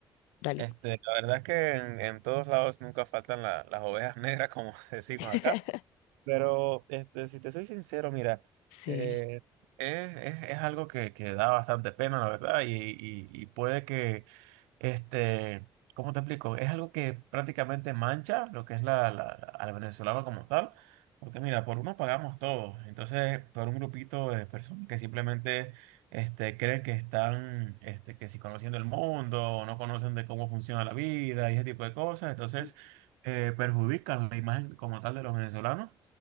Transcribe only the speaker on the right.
Este, la verdad es que en, en todos lados nunca faltan la- las ovejas negras, como <laughs> decimos
acá. Pero este, si te soy sincero, mira,
eh, es, es- es algo que, que da bastante pena, la verdad, y, y- y puede que, este, ¿cómo te explico? Es algo que prácticamente mancha lo que es la, la, la- a la venezolana como tal, porque mira, por uno pagamos todos, entonces por un grupito de personas que simplemente este, creen que están, este, que si conociendo el mundo, o no conocen de cómo funciona la vida y ese tipo de cosas, entonces
eh, perjudican la imagen como tal de los venezolanos.